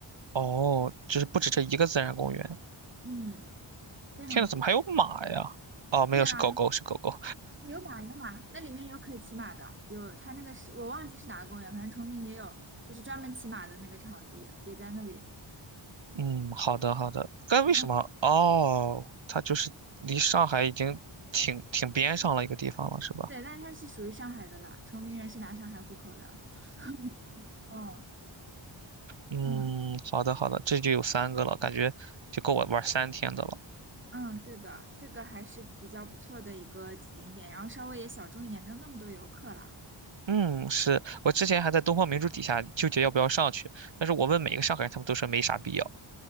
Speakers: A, on the right; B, on the right.
A: 哦，就是不止这一个自然公园。
B: 嗯，非常多。
A: 天呐，怎么还有马呀？哦，没有，
B: 对啊，
A: 是狗狗，是狗狗。
B: 有马有马，那里面有可以骑马的，有它那个是我忘记是哪个公园，反正崇明也有，就是专门骑马的那个场地也在那里。
A: 嗯，好的好的。但为什么？
B: 嗯，
A: 哦，它就是离上海已经挺挺边上了一个地方了，是吧？
B: 对，但是它是属于上海的了，崇明人是拿上海户口的。嗯哦，
A: 嗯，
B: 嗯。
A: 好的好的，这就有三个了，感觉就够我玩三天的了。
B: 嗯，对的，这个还是比较不错的一个景点，然后稍微也小众一点，没有那么多游客啦，
A: 嗯，是我之前还在东方明珠底下纠结要不要上去，但是我问每个上海人，他们都说没啥必要。